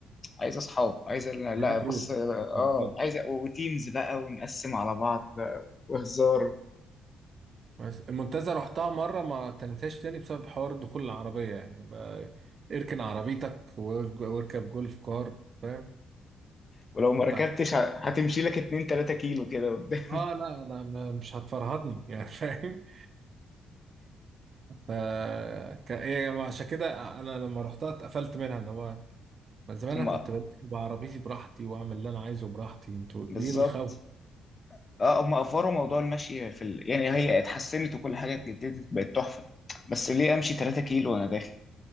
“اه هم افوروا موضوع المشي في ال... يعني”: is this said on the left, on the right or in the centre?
Left